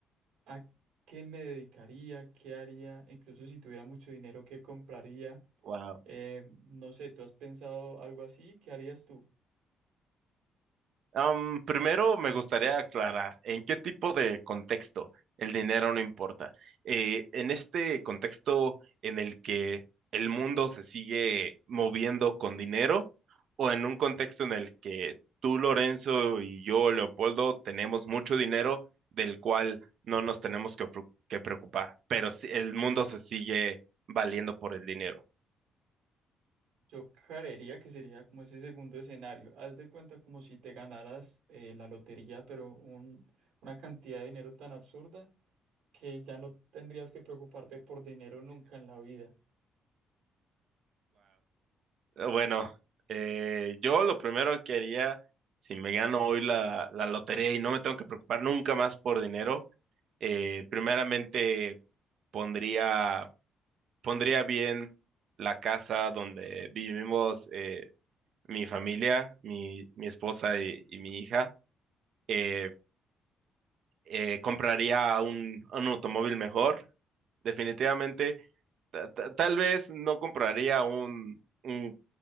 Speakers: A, on the right; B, on the right.
A: ¿a qué me dedicaría? ¿Qué haría? Incluso si tuviera mucho dinero, ¿qué compraría?
B: wow.
A: Eh, no sé, ¿tú has pensado algo así? ¿Qué harías tú?
B: Am, primero me gustaría aclarar en qué tipo de contexto el dinero no importa. Eh, en este contexto en el que el mundo se sigue moviendo con dinero o en un contexto en el que tú, Lorenzo, y yo, Leopoldo, tenemos mucho dinero del cual no nos tenemos que, preocu- que preocupar, pero sí- el mundo se sigue valiendo por el dinero.
A: Yo creería que sería como ese segundo escenario. Haz de cuenta como si te ganaras eh, la lotería, pero un- una cantidad de dinero tan absurda que ya no tendrías que preocuparte por dinero nunca en la vida.
B: Eh, Bueno, eh, yo lo primero que haría si me gano hoy la, la lotería y no me tengo que preocupar nunca más por dinero, eh, primeramente pondría, pondría bien la casa donde vivimos eh, mi familia, mi, mi esposa y, y mi hija. Eh, eh, compraría un, un automóvil mejor. Definitivamente, ta- ta- tal vez no compraría un, un